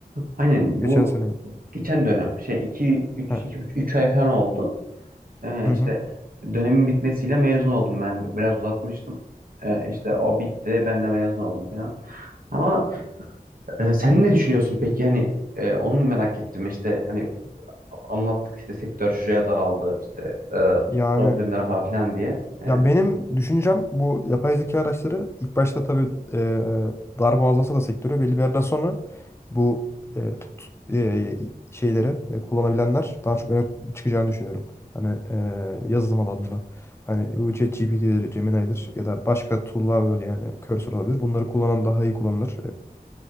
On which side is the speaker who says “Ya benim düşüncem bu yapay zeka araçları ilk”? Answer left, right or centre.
Left